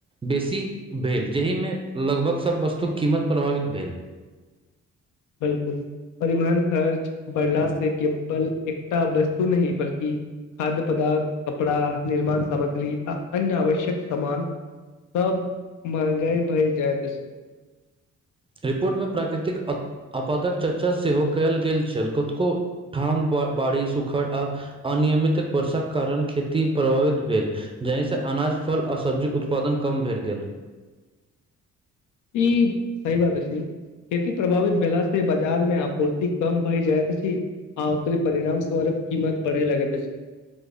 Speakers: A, on the right; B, on the left.
A: बेसी भेल जहिमे लगभग सभ वस्तु कीमत प्रभावित भेल।
B: बिल्कुल परिवहन खर्च बढ़ला से केवल एकटा वस्तु नहि बल्कि खाद्य पदार्थ कपड़ा निर्माण सामग्री आ अन्य आवश्यक सामान सब महंगाई भई जाइत अछी।
A: रिपोर्टमे प्राकृतिक अत उत्तपादक चर्चा सेहो कयल गेल छेल कतकौ ठाम बाढ़ी सुखड़ आ अनियमित वर्षाक कारण खेती प्रभावित भेल। जाहिसँ अनाज फल आ सब्जीक उत्पादन कम भेल गेल।
B: ई सही बात अछी। खेती प्रभावित भेला से बाजार मे आपूर्ति कम भय जाइत अछि। आ ओकरे परिणाम स्वरे कीमत बढ़ै लागेत अछि।